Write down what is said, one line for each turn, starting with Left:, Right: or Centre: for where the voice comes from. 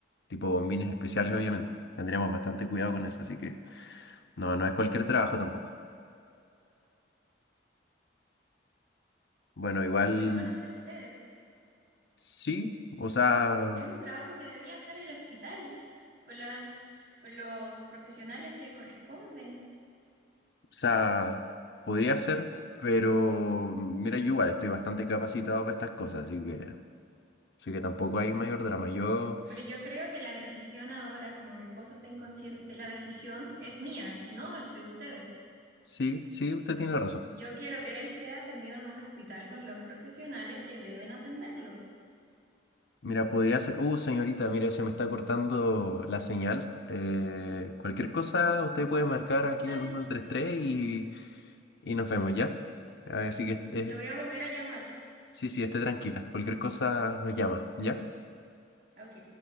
Left: tipo bombines especiales, obviamente. Tendríamos bastante cuidado con eso, así que no, no es cualquier trabajo tampoco. Bueno, igual
Right: Y lo van a hacer ustedes.
Left: sí, o sea...
Right: Es un trabajo que debería hacer el hospital con las- con los profesionales que corresponden.
Left: O sea, podría ser, pero mira, yo igual estoy bastante capacitado para estas cosas, así que, así que tampoco hay mayor drama. Yo,
Right: Pero yo creo que la decisión ahora, como mi esposo está inconsciente, la decisión es mía, no de ustedes.
Left: sí, sí, usted tiene razón.
Right: Y yo quiero que él sea atendido en un hospital con los profesionales que deben atenderlo.
Left: Mira, podría ser, uh, señorita, mira, se me está cortando la señal. Eh, cualquier cosa, usted puede marcar aquí
Right: Al-
Left: al 133 y, y nos vemos, ¿ya? Así que, este-
Right: Lo voy a volver a llamar.
Left: sí, sí, esté tranquila. Cualquier cosa nos llama, ¿ya?
Right: Ok,